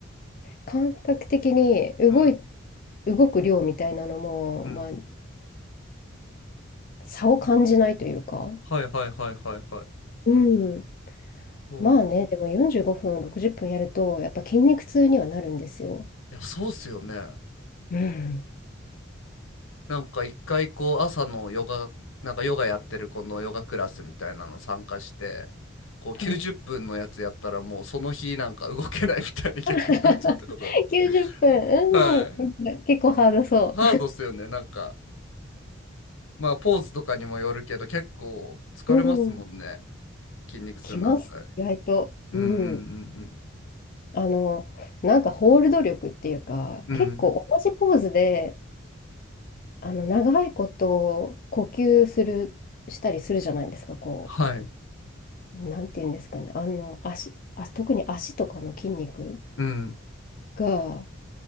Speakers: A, on the left; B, on the left.
A: 感覚的に動い、
B: うん。
A: 動く量みたいなのも、
B: うん。
A: まあ、差を感じないというか。
B: はいはいはいはいはい。
A: うん。
B: そうなんす。
A: まあね、でも45分、60分やると、やっぱ筋肉痛にはなるんですよ。
B: いや、そうっすよね。
A: うん。
B: なんか一回こう朝のヨガ、なんかヨガやってる子のヨガクラスみたいなの参加して、こう90分のやつやったらもうその日なんか動けないみたいな逆になっちゃったことあって。
A: はい。<laughs> 90分。う
B: はい。
A: じゅっぷんうん。なんか結構ハードそ
B: ハードっすよね。なんか、まあ、ポーズとかにもよるけど、結構疲れますもんね。
A: う。<laughs> うん。
B: 筋肉痛になったり。
A: きます。意外と。
B: うんう
A: うん。
B: ん
A: あの、なんかホールド力っていうか、
B: うんうん。
A: 結構同じポーズで、
B: うん。
A: あの、長いこと呼吸する、したりするじゃないですか。こ
B: はい。
A: う、なんていうんですかね。あの、足、あ、特に足とかの筋肉
B: うん。
A: が、